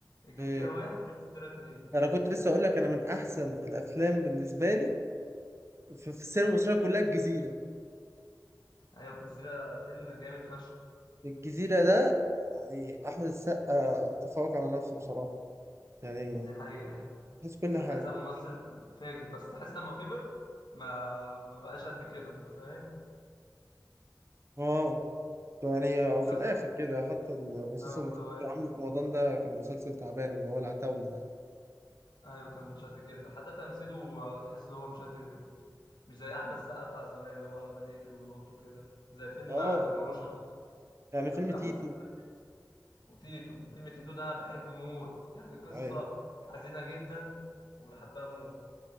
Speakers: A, on the left; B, on the right.
A: الجزيره
B: إيه
A: واحد والجزيره اتنين
B: أنا كنت لسه أقول لك أنا من أحسن الأفلام بالنسبة لي في في السينما المصرية كلها الجزيرة
A: ايوه الجزيره فيلم جامد فشخ
B: الجزيرة ده يعني أحمد السقا تفوق على نفسه بصراحة يعني
A: دي حقيقه يعني
B: حس كل حاجة
A: احمد سامي ممثل فاجر بس تحس لما كبر ما ما بقاش قد كده انت فاهم
B: اه يعني أو في
A: يا
B: الآخر
A: اسطى
B: كده حتى المسلسل
A: اه
B: اللي
A: في الأوائل
B: كان عامله في رمضان ده كان مسلسل تعبان اللي هو العتاولة ده
A: ايوه كان مش قد كده حتى تمثيله آه، تحس ان هو مش قادر مش زي احمد سقا بتاع زمان اللي هو عمال يجري وينط وكده زي فيلم
B: اه
A: آه، تيمور بالظبط وشفيق
B: يعني
A: شفت
B: فيلم
A: ده
B: تيتو
A: احمد سقا وتيتو فيلم تيتو ده انا بحبه موت يعني قصه
B: أيوة.
A: حزينه جدا وبحبها موت